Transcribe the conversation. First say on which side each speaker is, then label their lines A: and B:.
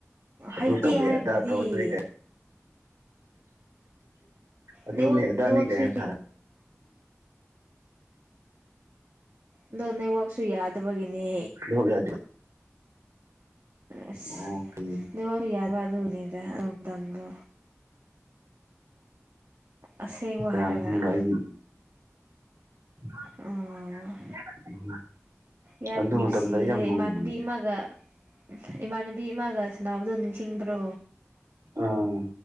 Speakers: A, on the right; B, on the right.
A: ꯑꯗꯨ
B: ꯍꯩꯇꯦ
A: ꯇꯧꯋꯦ
B: ꯍꯥꯏꯕꯗꯨꯗꯤ
A: ꯑꯗ ꯀꯥꯏ ꯫ ꯑꯗꯨꯅꯦ
B: ꯅꯦꯠꯋꯥꯛ
A: ꯑꯗꯥꯅꯤ
B: ꯅꯦꯠꯋꯥꯛꯁꯨ
A: ꯀ ꯁꯥ
B: ꯑꯗꯣ ꯅꯦꯋꯥꯛꯁꯨ ꯌꯥꯗꯕꯒꯤꯅꯦ꯫
A: ꯅꯦꯋꯥꯛ ꯌꯥꯗꯦꯕ꯫
B: ꯑꯁ
A: ꯑꯣꯀꯦ
B: ꯅꯕ ꯌꯥꯔ ꯋꯥ ꯑꯗꯨꯅꯤꯗ ꯑꯗꯨꯝ ꯇꯗꯣ꯫ ꯑꯁꯦꯡꯕ
A: ꯀꯅꯥꯅ
B: ꯍꯥꯏꯔꯒ
A: ꯀꯨꯪꯪꯕꯔ ꯑꯗꯨ <inaudible>
B: ꯑꯥ ꯌꯥꯝ ꯅꯨꯡꯁꯤꯍꯦ
A: ꯃꯇꯝꯗ ꯑꯩ ꯌꯥꯝ ꯅꯣꯛꯅꯤꯡꯕꯅꯤꯅꯦ
B: ꯏꯃꯥꯟꯅꯕꯤꯃꯒ ꯏꯃꯥꯟꯅꯕꯤ ꯏꯃꯥꯒ ꯁꯥꯟꯅꯕꯗꯣ ꯅꯤꯡꯁꯤꯡꯕ꯭ꯔꯣ
A: ꯑꯣ